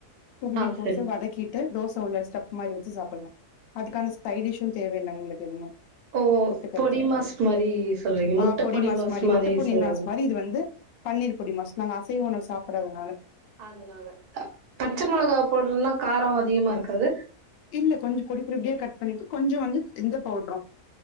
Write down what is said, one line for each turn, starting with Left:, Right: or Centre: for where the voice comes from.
Left: துருவி
Right: ஆ
Left: போட்டு
Right: சரி
Left: வதக்கி ட்டு தோசை உள்ள ஸ்டஃப் மாரி வச்சு சாப்பிட்லா அதுக்கான ஸைட் டிஷும் தேவ இல்ல உங்களுக்கு எது மாரி
Right: ஓ
Left: தொட்டுகர்த்துக்கு
Right: பொடி மாஸ் மாரி
Left: உம்
Right: சொல்றீங்க முட்ட
Left: ம் பொடி மாஸ் மாரி முட்டை பொடி
Right: சொல்றாங்க
Left: மாஸ் மாரி இது வந்து பன்னீர் பொடி மாஸ் நாங்க அசைவோ உணவு சாப்பிடாதனால
Right: அதனால பச்சை மிளகாவ போட்றதுனா காரம் அதிகமா இருக்காது
Left: இல்ல கொஞ்சு பொடி பொப்பொடியா கட் பண்ணிட்டு கொஞ்சு வந்து இந்த பவுடரு